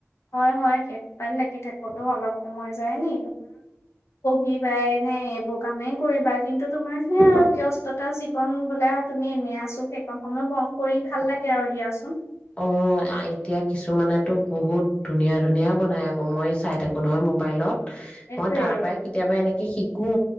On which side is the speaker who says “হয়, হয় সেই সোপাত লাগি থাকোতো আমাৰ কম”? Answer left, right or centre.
Left